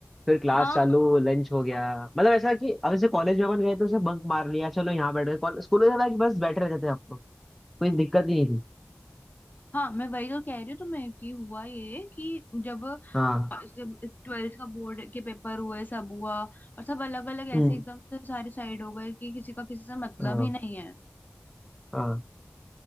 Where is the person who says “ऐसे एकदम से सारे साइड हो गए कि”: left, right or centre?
Left